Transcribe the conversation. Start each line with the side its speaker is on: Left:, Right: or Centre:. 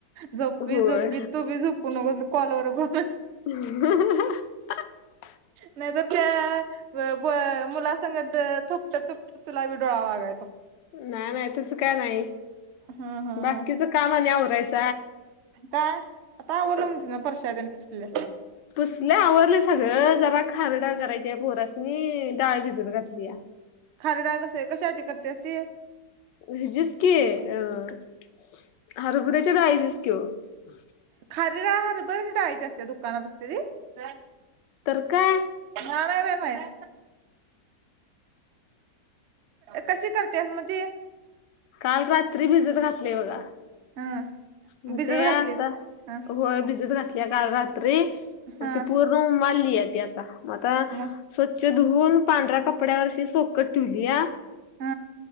Right: झोपी
Left: होय
Right: झोपी तू बी झोपू नको कॉलवर ब
Left: ह <inaudible>
Right: नाही त, त्या, मुलासगत थोपटत थोप तुला बी डोळालागायचा.
Left: नाही नाही तस काय नाही
Right: हम्म हम्म
Left: बाकीच
Right: हम्म
Left: कामा आणी आ वरायचं.
Right: काय आता आवरले फरशा तेन पुसल्या.
Left: पुसले आवरले सगळं जरा खारीडाळ करायची पोरसनी डाळ भिजून घातली या.
Right: खारीडाळ कस कशाची करते अस ते.
Left: हिजेच की, अ हरभुऱ्याचे डाळीचीच किं ओ. हम् <inaudible>
Right: खरीडाळ हरभर डाळिची असत्या, दुकानात असते ती, काय?
Left: तर काय
Right: मला नाही माहित. कशी करत्यात म ती.
Left: काल रात्री भिजत घातलीय बघा.
Right: ह
Left: म
Right: भिजत
Left: ते आता,
Right: घातलीस ह
Left: होय भिजत घातली. काल रात्री,
Right: हा
Left: अशी पूर्ण उमलीय ती आता, म आता,
Right: मग
Left: स्वच्छ धुवून, पांढऱ्या कपड्यावर अशी सोकत ठेवली या,
Right: ह